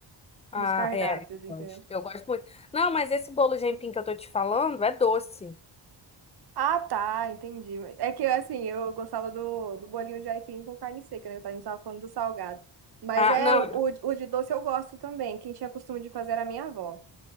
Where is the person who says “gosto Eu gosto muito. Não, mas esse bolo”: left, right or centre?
Left